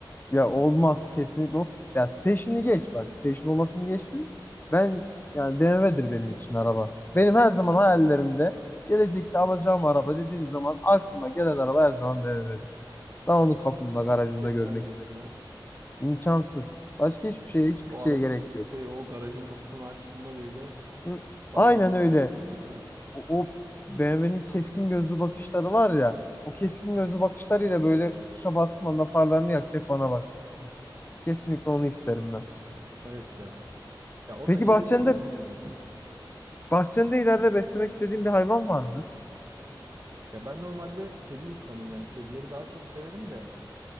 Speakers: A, on the left; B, on the right.
A: Ya olmaz kesinlikle. ol- Ya station'ı geç bak. Station olmasını geçtim. Ben yani BMW'dir benim için araba. Benim her zaman hayallerimde gelecekte alacağım araba dediğim zaman aklıma gelen araba her zaman BMW'dir. Ben onu kapımda, garajımda
B: <laughs> Sekmez
A: görmek
B: diyorsun
A: isterim.
B: ha.
A: İmkansız. Başka hiçbir şeye, hiçbir
B: O
A: şeye
B: arabanın
A: gerek yok.
B: şey o garajın kapısını açtığında böyle
A: Hı,
B: parlar
A: Aynen
B: bakacak
A: öyle.
B: sana değil mi?
A: O, o BMW'nin keskin gözlü bakışları var ya.
B: Aha.
A: O keskin gözlü bakışlarıyla böyle tuşa bastığım anda farlarını yakacak bana bakacak yani. Kesinlikle onu isterim ben.
B: Evet ya. Ya o
A: Peki
B: da iyidir
A: bahçende
B: de dediğim gibi.
A: Bahçende ileride beslemek istediğin bir hayvan var mı?
B: Ya ben normalde kedi insanıyım yani kedileri daha çok severim de